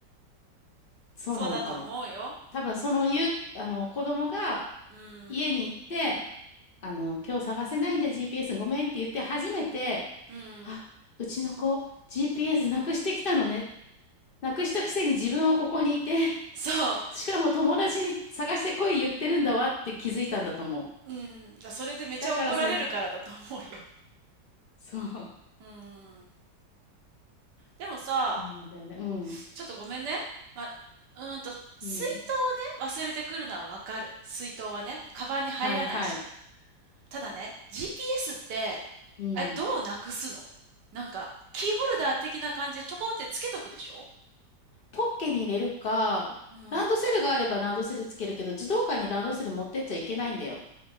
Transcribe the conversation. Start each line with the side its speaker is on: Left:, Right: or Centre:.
Right: <laughs>
Left: そうなのかも。
Right: そうだと思うよ。
Left: 多分そのゆ、あの子供が
Right: うん。
Left: 家に行って、あの、今日探せないんだ GPS ごめんって言って初めて、
Right: うん。
Left: あ、うちの子 GPS なくしてきたのね。なくしたくせに自分はここにいて、
Right: そう。
Left: しかも友達に探してこい言ってるんだわって気づいたんだと思う。
Right: うん。だ、それでめちゃ怒られるからだと思うよ。
Left: だからその、そう、
Right: うん。でもさ、
Left: そうなんだよね。うん。
Right: ちょっとごめんね。ま、うーんと、水筒をね、
Left: うん。
Right: 忘れてくるのはわかる。水筒はね、カバンに入らないし。
Left: はいはい。
Right: ただね、GPS って、
Left: うん。
Right: あれ、どうなくすのなんか、キーホルダー的な感じでちょこんってつけとくでしょ
Left: ポ、ポッケに入れるか、
Right: うん。
Left: ランドセルがあればランドセルつけるけど、児童館にランドセル持ってっちゃいけないんだよ。